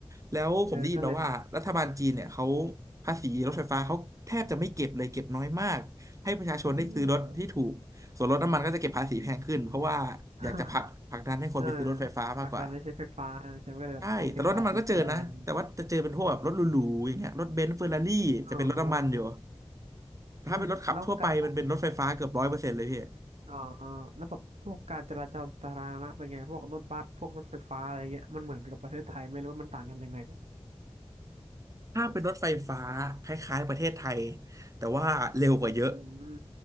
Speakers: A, on the right; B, on the right.
A: แล้วผมได้ยินมาว่ารัฐบาลจีนเนี่ยเขา
B: เออก็เลยแบบ
A: ภาษีรถไฟฟ้าเขาแทบจะไม่เก็บเลยเก็บน้อยมากให้ประชาชนได้ซื้อรถที่ถูกส่วนรถน้ำมันก็จะเก็บภาษีแพงขึ้นเพราะว่าอยากจะผลักผลักดันให้คนไปซื้อรถไฟฟ้ามากกว่า
B: <laughs> อืม <laughs> เออผลักดันให้ใช้ไฟฟ้าใช่ไหมก็เลยแบบเก็บภาษีแพง
A: ใช่แต่รถน้ำมันก็เจอนะแต่ว่าจะเจอเป็นพวกแบบรถหรูๆอย่างเงี้ยรถเบนซ์เฟอร์รารี่จะเป็นรถน้ำมันอยู่
B: อ๋อ
A: ถ้าเป็นรถขับทั่วไปมันเป็นรถไฟฟ้าเกือบร้อยเปอร์เซ็นต์เลยพี่
B: อืมแล้วการพวกอ๋อแล้วแบบพวกการจราจรสาธารณะเป็นไงพวกรถบัสพวกรถไฟฟ้าอะไรเงี้ยมันเหมือนกับประเทศไทยไหมหรือว่ามันต่างกันยังไงอะ
A: ถ้าเป็นรถไฟฟ้าคล้ายๆประเทศไทยแต่ว่าเร็วกว่าเยอะ
B: อืม